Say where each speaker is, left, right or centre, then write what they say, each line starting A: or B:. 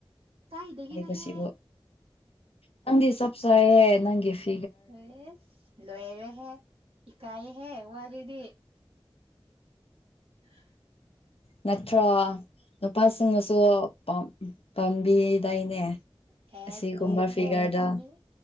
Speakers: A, on the right; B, on the left.
A: ꯀꯥꯏꯗꯒꯤꯅꯣꯍꯦ
B: ꯍꯥꯏꯕꯁꯤꯕꯨ ꯅꯪꯗꯤ ꯆꯞ ꯆꯥꯏꯌꯦ ꯅꯪꯒꯤ ꯐꯤ
A: ꯑꯦ ꯂꯣꯏꯔꯦꯍꯦ ꯏꯀꯥꯏꯌꯦꯍꯦ ꯋꯥꯖꯤꯗꯤ <unintelligible>
B: ꯅꯠꯇ꯭ꯔꯣ ꯅꯨꯄꯥꯁꯤꯡꯅꯁꯨ ꯄꯥꯝ ꯄꯥꯝꯕꯤꯗꯥꯏꯅꯦ
A: ꯍꯦꯁ
B: ꯑꯁꯤꯒꯨꯝꯕ
A: ꯂꯋꯔꯦꯍꯦ
B: ꯐꯤꯒꯔꯗꯣ
A: ꯄꯝꯕꯤꯅꯤ